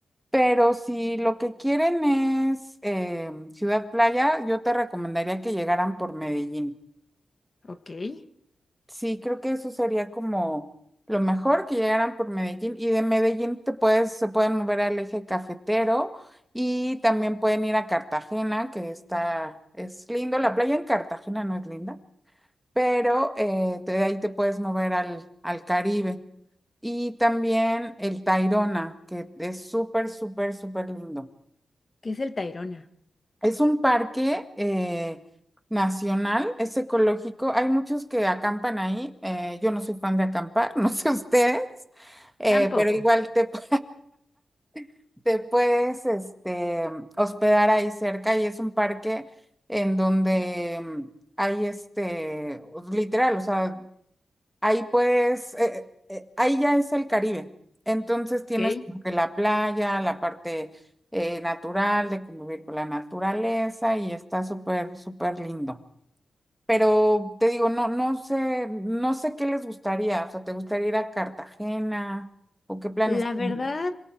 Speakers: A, in the centre; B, on the left (about 40°).
A: Pero si lo que quieren es eh, ciudad playa, yo te recomendaría que llegaran por Medellín.
B: Ok. ¿Qué
A: Sí, creo que eso sería como lo mejor que llegaran por Medellín y de Medellín te puedes, se pueden mover al eje cafetero y también pueden ir a Cartagena, que está, es lindo, la playa en Cartagena no es linda, pero eh, de ahí te puedes mover al, al Caribe y también el Tayrona, que es súper, súper, súper lindo.
B: es el Tayrona?
A: Es un parque eh, nacional, es ecológico. Hay muchos que acampan ahí. eh, yo no soy fan de acampar, <laughs> no sé ustedes, eh,
B: Tampoco.
A: pero igual te, pu- <laughs> te puedes este, hospedar ahí cerca y es un parque en donde mm, hay este, literal, o sea, Ahí puedes, eh, eh, ahí ya es el Caribe. Entonces tienes
B: Ok.
A: como que la playa, la parte eh, natural de convivir con la naturaleza y está súper, súper lindo. Pero te digo, no, no sé, no sé qué les gustaría. O sea, ¿te gustaría ir a Cartagena o qué planes
B: La
A: tienen?
B: verdad,